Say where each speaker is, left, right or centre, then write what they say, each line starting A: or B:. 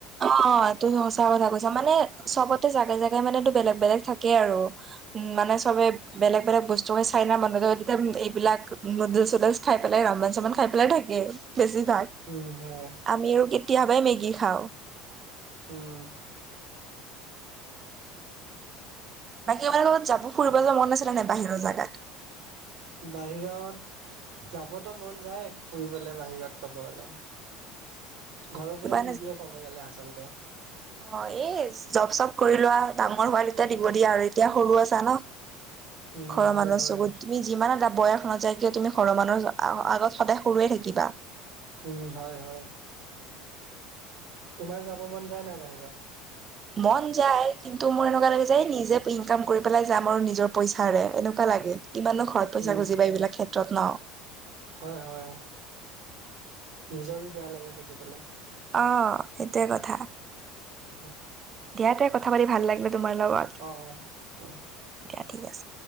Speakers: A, on the right (about 35°); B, on the right (about 70°).
A: অঁ এইটো সচা কথা কৈছা, মানে চবতে জাগে জাগাই মানটো বেলেগ বেলেগ থাকেই আৰু। উম মানে চবে বেলেগ বেলেগ বস্তু চাইনা মানুহ তেতিয়া এইবিলাক নুডল চুডলছ খাই পেলাই ৰমমান চহন খাই পেলাই থাকে। বেছি ভাগ
B: উম হয়।
A: আমিও কেতিয়াবাই মেগী খাওঁ।
B: উম
A: বাকী আপোনৰ লগত যাব ফুৰিব যে মন নাছিলে নে বাহিৰৰ জোগাত।
B: বাহিৰত যাবতো মন যায় ফুৰিবলৈ বাহিৰত ক'ব গ'লে। ঘৰৰ
A: কিবা
B: পৰা নিদিয়ে ক'ব গ'লে আচলতে।
A: অঁ এই জব চব কৰি লোৱা ডাঙৰ হোৱা তেতিয়া দিব দিয়া আৰু এতিয়া সৰু হৈ আছা ন।
B: উম
A: ঘৰৰ
B: হয়
A: মানুহ
B: হয়
A: চকুত তুমি যিমান এটা বয়স নাযায় কিয় তুমি ঘৰৰ মানুহৰ আগত সদায় সৰুয়ে থাকিবা।
B: উম হয় হয়। তোমাৰ যাব মন যায় নাই বাহিৰত।
A: মন যায় কিন্তু মোৰ এনেকুৱা লাগে যে নিজে ইনকাম কৰি পেলাই যাম আৰু নিজৰ পইচাৰে এনেকুৱা লাগে। কিমান নো ঘৰত পইচা
B: উম
A: খুজিবা এইবিলাক ক্ষেত্ৰত ন।
B: হয় হয়, নিজৰো বেয়া লাগে খুজিবলে।
A: অঁ, সেইটোৱে কথা।
B: উম,
A: দিয়াতেই কথা পাতি ভাল লাগিলে। তোমাৰ লগত
B: অঁ অঁ উম
A: দিয়া ঠিক আছে।